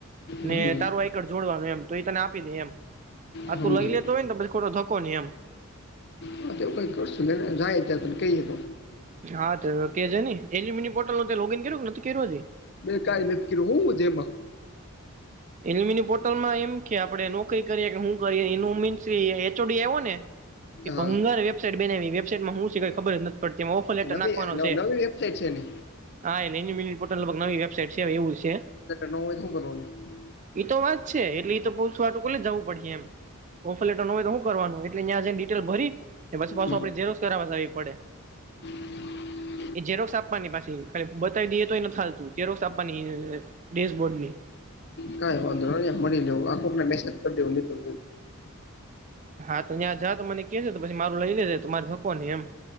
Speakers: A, on the left; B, on the right.
A: હમ
B: ને તારું આઈ કાર્ડ જોડવાનું એમ. તો એ તને આપી દે એમ આ
A: સમજી
B: તું લઈ લેતો
A: ગયો
B: હોય ને પછી ખોટો ધકો નહી એમ.
A: હા એવું કઈ કરશું નેને જાય ત્યાં ત કઈએ તો.
B: હા તો કે જે ને એ મિની પોર્ટલ ન લોગીન કર કે નથી કર્યું હજી?
A: મે કઈ નથી કર્યું હું છે એમાં?
B: એલમીની પોર્ટલમાં એમ કે આપડે નોકરી કરીએ કે હું કરીએ એનો મીન્સ એચઓડી આવો ને
A: હા
B: ભંગાર વેબસાઈટ બનાવી વેબસાઈટ માં હું સે કાઈ ખબર જ નથી. પન તેમાં ઓફર લેટર
A: નવી
B: નાખવાનો
A: નવી
B: છે.
A: વેબસાઇટ છે ને
B: હા એટલે મિની પોર્ટલ લગભગ નવી વેબસાઇટ છે એવું છે કંઇક.
A: નો હોય તો સુ કરવાનું?
B: એ તો વાત છે એટલે તો પોસવા હાતું કોલેજ જવું પડે એમ ઓફર લેટર ન હોય તો હું કરવાનું? એટલે નયા જઈ ડિટેલ ભરી પછી પાછું
A: હમ
B: આપણે ઝેરોસ કરાવવા જવી પડે.
A: <inaudible>
B: એ જેરોક્સ આપવાની પાછી ખાલી બતાવી દઈએ તો નથી હાલતું જેરોક્સ આપવાની ડેશબોર્ડ ની.
A: કઈ વાંધો ન મળી લેવું આ કોકને મેસેજ કરી દેવું નીકળ.
B: હા તો ત્યાં જા તો મને કે છે તો પછી મારું લઈ લેજે તો મારે ધક્કો નઈ એમ.